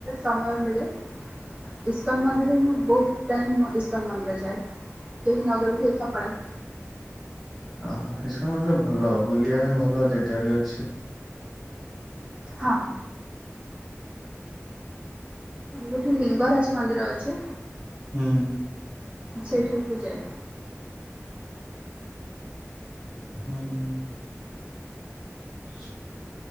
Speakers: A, on the right; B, in the centre.
A: ସମୟ ମିଳେ। ଇସ୍କନ୍ ମନ୍ଦିର ମୁଁ ବୋହୁତ ଟାଇମ୍ ମୁଁ ଇସ୍କନ୍ ମନ୍ଦିର ଯାଏ କେହି ନଗଲେ ବି ଏକା ପଳାଏ।
B: ଓ ହଁ ଇସ୍କନ ମନ୍ଦିର ଭଲ ବୁଲିବା ପାଇଁ ଭଲ ଜାଗା ବି ଅଛି।
A: ହଁ। ଗୋଟେ ଲିଙ୍ଗରାଜ ମନ୍ଦିର ଅଛି।
B: ହୁଁ।
A: ସେଇଠାକୁ ବି ଯାଏ।
B: <inaudible> ହ